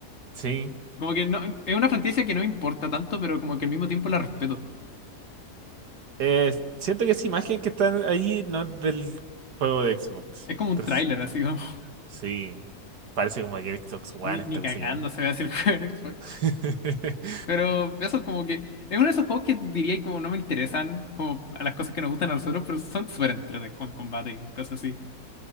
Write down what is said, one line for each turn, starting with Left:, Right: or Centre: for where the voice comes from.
Right: Sí.
Left: Como que no, es una franquicia que no me importa tanto, pero como que al mismo tiempo la respeto.
Right: Eh, siento que esa imagen que está ahí no es del juego de Xbox
Left: Es como un
Right: 360.
Left: tráiler, así como, <laughs>
Right: Sí. Parece como que Xbox One
Left: ni,
Right: esta
Left: ni
Right: cosa
Left: cagando
Right: ya.
Left: se ve así el juego en Xbox.
Right: <laughs>
Left: Pero eso como que es uno de esos juegos que diría como no me interesan como a las cosas que nos gustan a nosotros, pero son súper entretenidos con combate y cosas así.